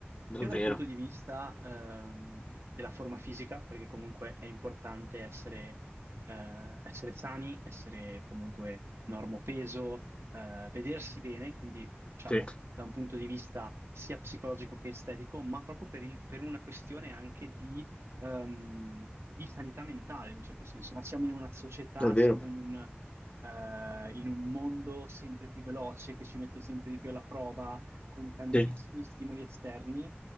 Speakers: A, on the left; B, on the right.
A: Davvero?
B: sia dal punto di vista ehm, della forma fisica, perché comunque è importante essere, eh, essere sani, essere comunque normopeso, eh, vedersi bene, quindi diciamo
A: Sì,
B: da un punto di vista sia psicologico che estetico, ma proprio per il- per una questione anche di ehm, di sanità mentale in un certo senso, ma siamo in una società,
A: Davvero?
B: siamo in un, eh, in un mondo sempre più veloce che ci mette sempre di più alla prova con tantissimi
A: sì,
B: stimoli esterni.